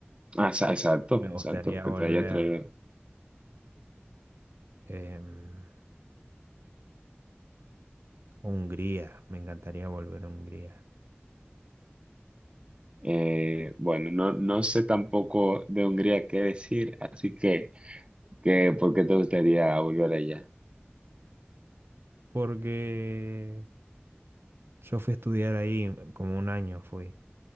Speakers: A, on the right; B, on the right.
A: Ah, sa- exacto,
B: me
A: exacto,
B: gustaría
A: que
B: volver
A: te haya traído.
B: em, Hungría, me encantaría volver a Hungría.
A: Eh, bueno, no, no sé tampoco de Hungría qué decir, así que, que ¿por qué te gustaría volver allá?
B: Porque yo fui a estudiar ahí, como un año fui,